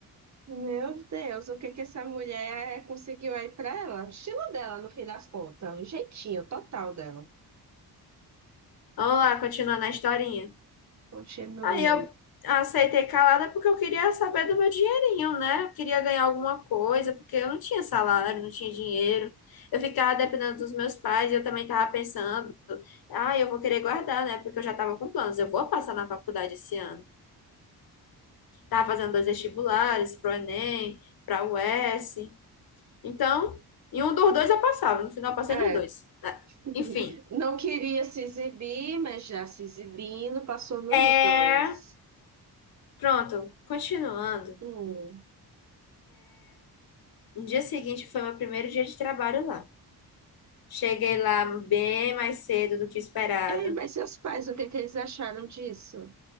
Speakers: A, on the right; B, on the left.
A: meu Deus, o que que essa mulher conseguiu aí pra ela? O estilo dela, no fim das contas, o jeitinho total dela.
B: Vamos lá, continuando a historinha.
A: Continue.
B: Aí eu aceitei calada porque eu queria saber do meu dinheirinho, né? Eu queria ganhar alguma coisa, porque eu não tinha salário, não tinha dinheiro. Eu ficava dependendo dos meus pais e eu também estava pensando, ah, eu vou querer guardar, né? Porque eu já estava com planos, eu vou passar na faculdade esse ano. Tava fazendo dois vestibulares, pro Enem, pra UES. Então, em um dos dois eu passava, no final eu passei
A: É,
B: nos dois. Ah,
A: <laughs>
B: Enfim,
A: não queria se exibir, mas já se exibindo, passou nos
B: é...
A: dois.
B: Pronto, continuando.
A: Hum.
B: No dia seguinte foi meu primeiro dia de trabalho lá. Cheguei lá bem mais cedo do que esperado.
A: Ei, mas seus pais, o que que eles acharam disso?